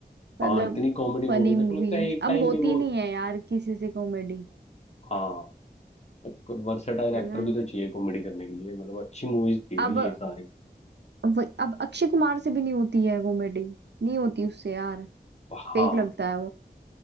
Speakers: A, on the left; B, on the right.
A: हाँ
B: मतलब
A: इतनी कॉमेडी
B: फनी
A: मूवी मेरे
B: मूवीज
A: को लगता है एक टाइम
B: अब होती
A: पे वो
B: नहीं है यार किसी से कॉमेडी
A: हाँ वर्सेटाइल एक्टर
B: है ना
A: भी तो चाहिए कॉमेडी करने के लिए मतलब अच्छी मूवीज थी
B: अब
A: भाई ये सारी
B: अब अक्षय कुमार से भी नहीं होती है कॉमेडी नहीं होती उससे यार
A: हाँ
B: फेक लगता है